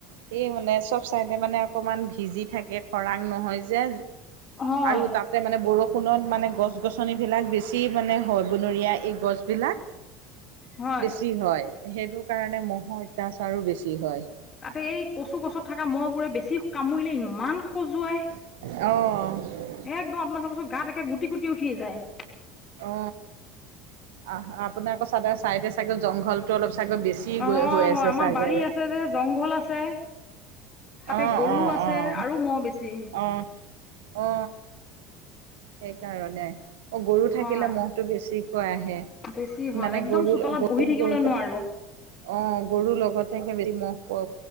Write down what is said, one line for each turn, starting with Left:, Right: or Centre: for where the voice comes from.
Right: হে মানে চব চাইডে মানে অকমান ভিজি থাকে খৰাং নহয় যে
Left: হয়
Right: আৰু তাত ত মানে বৰষুণত মানে গছ গছনি বিলাক বেছি মানে হয় বনৰীয়া এই গছ বিলাক
Left: হয়
Right: বেছি হয় সেইটো কাৰণে মহৰ অত্যাচাৰো বেছি হয়
Left: তাতে এই কচু গছত থকা মহবোৰে বেছি কামুৰিলে ইমান খজুৱাই
Right: অহ
Left: একদম আপোনাৰ চাব ওচৰত গাত একে গুটি গুটি উঠি যায়
Right: অ আহ আপোনাৰ আকৌ চাদৰ চাইদে চাগে জংঘলটো অলপ চাগৈ বেছি ছি
Left: অ
Right: হৈ হৈ
Left: হয়
Right: আছে
Left: আমাৰ
Right: চাগে
Left: বাৰী আছে যে জংঘল আছে তাতে
Right: অহ
Left: গৰু
Right: অহ
Left: আছে
Right: অহ
Left: আৰু মহ বেছি
Right: অ অ অ সেইকাৰণে অ গৰু থাকিলে
Left: হয়
Right: মহটো বেছিকৈ আহে
Left: বেছি হয়
Right: মানে
Left: একদম
Right: গৰু
Left: চোতালত
Right: গৰু
Left: বহি থাকিবলৈ
Right: গৰুতে
Left: নোৱাৰো
Right: অ গৰুৰ লগতে একে বেছি মহ প